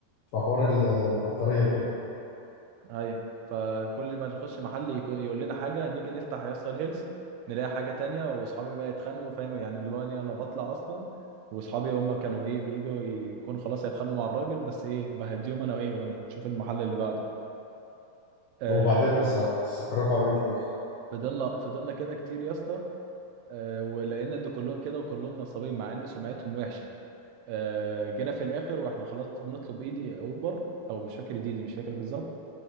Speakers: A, on the left (about 75°); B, on the right (about 85°).
A: في حوار ال- البطاريه وكده
B: ايوه فكل ما نخش محل يكون يقول لنا حاجه نيجي نفتح يا اسطى الهيلز نلاقي حاجه تانية واصحابي بقى يتخانقوا فاهم يعني اللي هو أنا انا بطلع اصلا واصحابي هم كانوا ايه بييجوا يكون خلاص هيتخانقوا مع الراجل بس ايه بهديهم انا وايه ونشوف المحل اللي بعده آه
A: طب وبعدين يا اسطى يعني هتستقروا على ايه في الاخر
B: فضلنا فضلنا كده كتير يا اسطى آه ولقينا ان كلهم كده وكلهم نصابين مع ان سمعتهم وحشه آه جينا في الاخر واحنا خلاص بنطلب ايدي اوبر او مش فاكر ديدي مش فاكر بالظبط